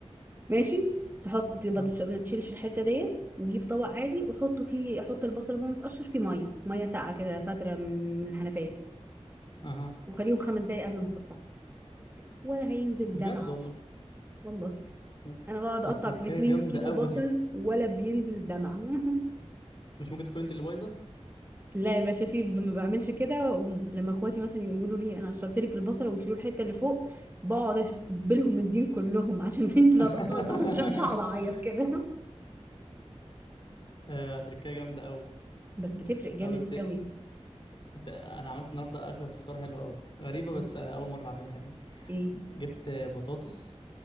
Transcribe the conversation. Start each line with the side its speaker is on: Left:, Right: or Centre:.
Right: ماشي تحط ما
Left: اه
Right: تش- ما تشيلش الحته ديت وجيب طبق عادي وحطه فيه حط البصل وهو متقشر فيه ميه ميه ساقعه كده فتره من من الحنفيه
Left: اها
Right: وخليهم خمس دقايق قبل ما تقطعه ولا هينزل
Left: بجد
Right: دمعه
Left: والله
Right: واحده والله
Left: و-
Right: انا بقعد
Left: ده
Right: اقطع
Left: تركاية
Right: بالاتنين
Left: جامدة
Right: كيلو
Left: اوي
Right: بصل
Left: دي
Right: ولا بينزل دمعه <laughs>
Left: مش ممكن تكون انت اللي بايظة
Right: لا يا باشا في ب- ما بعملش كده وم- لما اخواتي مثلا يقولوا لي انا قشرت لك البصله ويشيلوا الحته اللي فوق بقعد اشتبلهم الدين كلهم <laughs> عشان انتوا اللي
Left: <laughs>
Right: هتقطعوا البصل عشان أنا مش هقعد اعيط كده
Left: آه تركاية جامدة اوي
Right: بس بتفرق جامد
Left: طب انت
Right: قوي
Left: انت انا عملت النهارده اكله في الفطار حلوه قوي غريبه
Right: عملت
Left: بس
Right: ايه
Left: اول مره اعملها يعني
Right: ايه
Left: جبت بطاطس